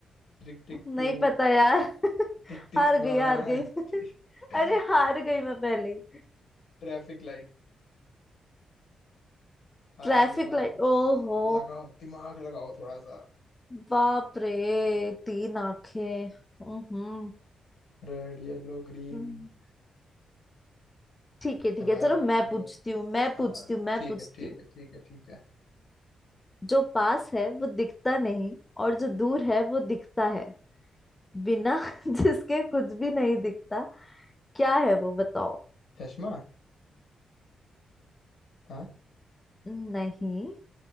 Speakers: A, on the left; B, on the left.
A: tick tick
B: नहीं
A: two
B: पता यार <laughs>
A: tick tick
B: हार
A: one
B: गई हार गई <laughs> मैं। अरे हार
A: <laughs>
B: गई मैं पहले ही
A: Traffic light आया
B: ट्रैफिक
A: दिमाग
B: लाइट ओहो
A: लगाओ दिमाग लगाओ थोड़ा सा
B: बाप रे तीन आंखें हम्म
A: Red yellow green
B: हम्म। ठीक है
A: चलाया
B: ठीक है चलो
A: दिमाग
B: मैं पूछती हूँ मैं पूछती
A: हाँ
B: हूँ मैं
A: ठीक
B: पूछती
A: है ठीक
B: हूँ
A: है ठीक है ठीक है
B: जो पास है वो दिखता नहीं और जो दूर है वो दिखता है बिना <laughs> जिसके कुछ भी नहीं दिखता क्या है वो बताओ
A: चश्मा हाँ
B: नहीं